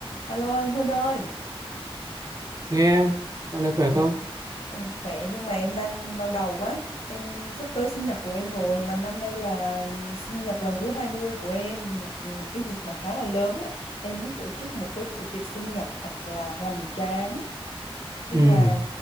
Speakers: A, on the left; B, on the right.
A: Alo anh Hưng ơi,
B: Nghe em, dạo này khỏe
A: trời,
B: không?
A: ừ, khỏe nhưng mà em đang đau đầu quá. Em sắp tới sinh nhật của em rồi mà năm nay là sinh nhật lần thứ 20 của em, một một cái dịp mà khá là lớn á. Em muốn tổ chức một cái buổi tiệc sinh nhật thật là hoành tráng nhưng
B: Ừ.
A: mà